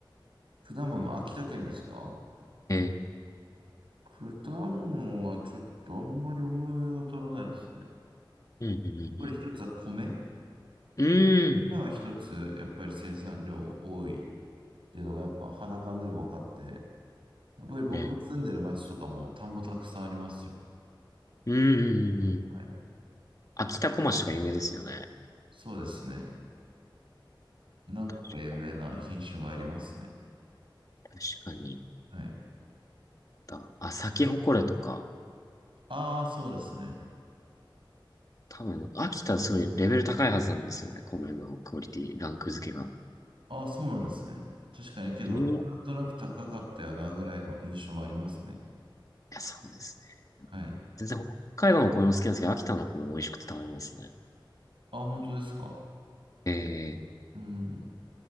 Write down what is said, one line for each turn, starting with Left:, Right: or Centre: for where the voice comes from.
Right: 果物、秋田県ですか
Left: ええ
Right: 果物はちょっとあんまり思い当たらないですね。やっ
Left: うん、うん、
Right: ぱり一つは米。
Left: うん、うん。うー
Right: 米は一つ、やっぱり生産量多いっていうのがやっぱ肌感でも分かって、やっぱり僕が住んでる町とかも田んぼたくさんありますよ。
Left: ん。ええうん、うん、うん。うん
Right: はい。
Left: 秋田小町とか有名ですよね。
Right: そうですね。何個か有名な品種がありますね。
Left: 確か確かに。
Right: はい。
Left: だあ、咲き誇れとか。
Right: ああ、そうですね。
Left: 多分、秋田すごいレベル高いはずなんですよね。米のクオリティ、ランク付けが。
Right: ああ、そうなんですね。確かにけど、
Left: うんい
Right: なんとなく高かったよなぐらいの印象はありますね。
Left: や、そうですね。
Right: はい。
Left: 全然北海道のお米も好きなんですけど、秋田のお米も美味しくて食べますね。
Right: ああ、本当ですか。
Left: ええ、
Right: うん。